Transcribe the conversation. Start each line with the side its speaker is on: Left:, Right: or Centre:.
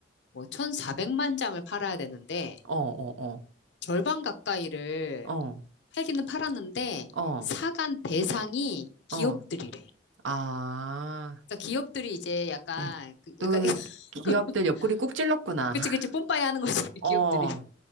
Left: 뭐 1,400만 장을 팔아야 되는데
Right: 어, 어, 어.
Left: 절반 가까이를
Right: 어,
Left: 팔기는 팔았는데
Right: 어,
Left: 사간 배상이 기업들이래
Right: 어. 아,
Left: 그러니까 기업들이 이제 약간
Right: 네.
Left: 그-
Right: 또
Left: 약간 <laughs>
Right: 기업들 옆구리 꾹 찔렀구나.
Left: 그치
Right: <laughs>
Left: 그치 뽐빠이 하는 거지 <laughs>
Right: 어.
Left: 기업들이